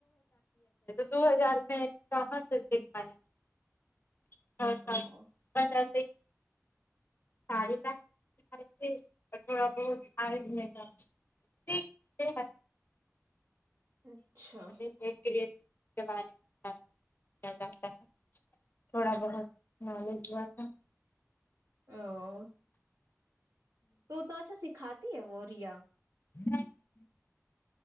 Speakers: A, on the left; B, on the right.
A: دو ہزار میں کہاں سے سکھائے <unintelligible> <unintelligible>
B: ہاں
A: سااری کا تھوڑا بہت <unintelligible> <unintelligible>
B: اچھا
A: یے کے بارے میں کیا جاتا ہے تھوڑا بہت نالج ہوا تھا
B: او تو اتنا اچھا سکھاتی ہے وہ ریا
A: <unintelligible>